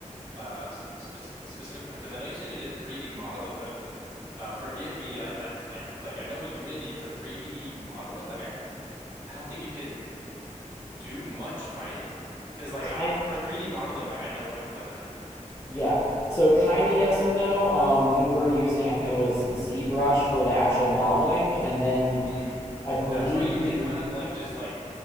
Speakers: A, on the right; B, on the left.
A: uh spe specific because I know you said you did 3D modeling, but Uh, forgive me. I, I, I, like I know Unity for 3D modeling. Like I, I don't think you can do much, right? Because like
B: Kind
A: I for 3D modeling, like I know of like Blender.
B: yeah. So kind of yes and no. Um, we were using I think it was ZBrush for the actual modeling, and then
A: Mm.
B: I believe
A: That's where you can
B: we.
A: kind of like just like,